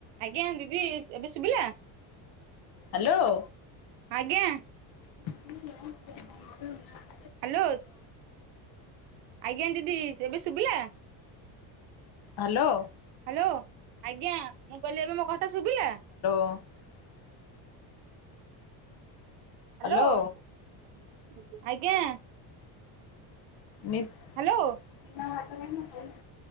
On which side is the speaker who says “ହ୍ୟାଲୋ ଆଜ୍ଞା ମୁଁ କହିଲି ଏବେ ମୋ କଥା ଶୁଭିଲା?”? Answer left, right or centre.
Right